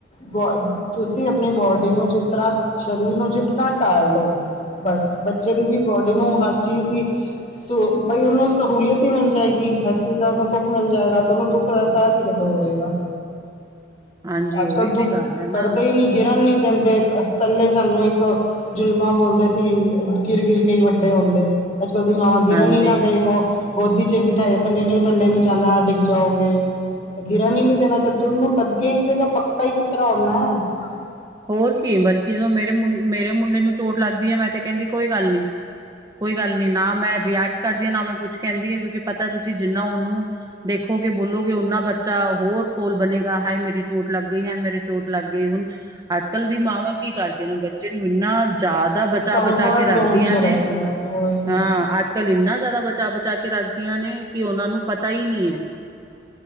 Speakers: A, on the left; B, on the right.
A: ਬੋ ਤੁਸੀਂ ਆਪਣੀ ਬੋਡੀ ਨੂੰ ਜਿਸ ਤਰ੍ਹਾਂ ਸਰੀਰ ਨੂੰ ਜਿਤਨਾ ਟਾਲ ਦਿਉ। ਬਸ ਬੱਚੇ ਦੀ ਵੀ ਬੋਡੀ ਨੂੰ ਹਰ ਚੀਜ਼ ਦੀ ਸ ਬਈ ਉਹਨੂੰ ਸਹੂਲੀਅਤ ਹੀ ਮਿਲ ਜਾਏਗੀ। ਹਰ ਚੀਜ਼ ਦਾ ਉਹਨੂੰ ਸੁੱਖ ਮਿਲ ਜਾਏਗਾ ਤੇ ਉਹਨੂੰ ਦੁੱਖ ਦਾ ਅਹਿਸਾਸ ਹੀ ਕਦੋਂ ਹੋਵੇਗਾ?
B: ਹਾਂਜੀ
A: ਅੱਜ
B: ਉਹੀ
A: ਕੱਲ
B: ਤੇ
A: ਦੁੱਖ
B: ਗੱਲ ਹੈ ਨਾ
A: ਕਰਦੇ ਹੀ ਨਹੀਂ ਗਿਰਨ ਨੀ। ਦਿੰਦੇ ਤੇ ਪਹਿਲੇ ਸਾਨੂੰ ਇੱਕ ਜ਼ੁਲਮਾਂ ਬੋਲਦੇ ਸੀ, ਗਿਰ-ਗਿਰ ਕੇ ਈ ਵੱਡੇ ਹੁੰਦੇ। ਅੱਜ -ਕੱਲ੍ਹ ਦੀਆਂ ਮਾਂਵਾਂ ਗਿਰਨ
B: ਹਾਂਜੀ
A: ਈ ਨਾ ਦੇਖ ਹੁਣ। ਗੋਦੀ ਚ ਹੀ ਬਿਠਾਏ ਰੱਖੇ ਨੇ, ਥੱਲੇ ਨਹੀਂ ਜਾਣਾ ਡਿੱਗ ਜਾਓਗੇ। ਤੇ ਗਿਰਨ ਹੀ ਨਹੀਂ ਦੇਣਾ ਜਦ ਤੁਹਾਨੂੰ ਲੱਗੇ ਕਿ ਉਹਦਾ ਪੱਕਾ ਹੀ ਕਿਤਰ੍ਹਾਂ ਹੋਣਾ ਐ।
B: ਹੋਰ ਕੀ ਬਲਕਿ ਜਦੋਂ ਮੇਰੇ -ਮੇਰੇ ਮੁੰਡੇ ਨੂੰ ਚੋਟ ਲੱਗਦੀ ਹੈ, ਮੈਂ ਤੇ ਕਹਿੰਦੀ ਕੋਈ ਗੱਲ ਨਹੀਂ। ਕੋਈ ਗੱਲ ਨੀ ਨਾ ਮੈਂ ਰੀਐਕਟ ਕਰਦੀ ਹਾਂ ਨਾ ਮੈਂ ਕੁਛ ਕਹਿੰਦੀ ਹਾਂ, ਕਿਉਂਕਿ ਪਤਾ ਤੁਸੀਂ ਜਿੰਨਾ ਉਹਨੂੰ ਦੇਖੋ ਦੇਖੋਗੇ ਬੋਲੋਗੇ ਉਹਨਾ ਬੱਚਾ ਹੋਰ ਸੋਹਲ ਬਣੇਗਾ, ਹਾਏ ਮੇਰੀ ਚੋਟ ਲੱਗ ਗਈ ਹਾਏ ਮੇਰੇ ਚੋਟ ਲੱਗ ਗਈ ਹੁਣ ਅੱਜ -ਕੱਲ੍ਹ ਦੀ ਮਾਵਾਂ ਕੀ ਕਰਦੀਆਂ ਨੇ ਬੱਚੇ ਨੂੰ ਇੰਨਾ ਜ਼ਾਦਾ ਬਚਾਅ
A: ਕੰਫਰਟ
B: ਬਚਾ ਕੇ ਰੱਖਦੀਆਂ
A: ਜ਼ੋਨ 'ਚ
B: ਨੇ
A: ਰੱਖਦੀਆਂ ਉਹੀ ਉਹੀ
B: ਹਾਂ, ਅੱਜ- ਕੱਲ ਇੰਨਾ ਜ਼ਿਆਦਾ ਬਚਾਅ- ਬਚਾਅ ਕੇ ਕੇ ਰੱਖਦੀਆਂ ਨੇ ਕਿ ਉਹਨਾਂ ਨੂੰ ਪਤਾ ਹੀ ਨਹੀਂ ਈ ਐ।